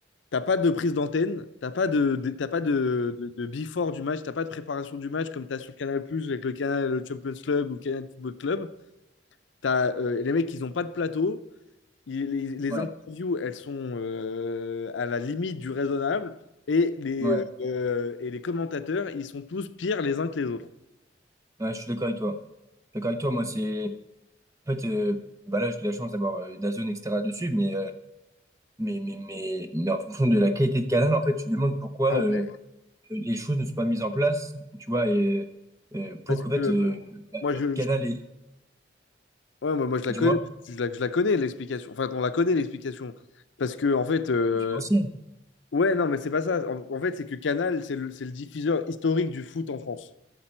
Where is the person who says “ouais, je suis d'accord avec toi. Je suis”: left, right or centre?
Right